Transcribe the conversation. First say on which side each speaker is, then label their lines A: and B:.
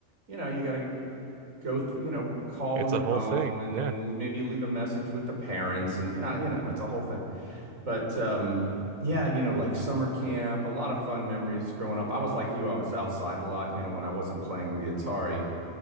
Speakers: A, on the right; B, on the right.
A: you know, you got to go through, you know, call
B: It's
A: them at
B: a
A: home
B: whole thing.
A: and
B: Yeah.
A: then maybe leave a message with the parents and yeah, you know, it's a whole thing. But um yeah, you know, like summer camp, a lot of fun memories growing up. I was like you, I was outside a lot, you know, when I wasn't playing the Atari.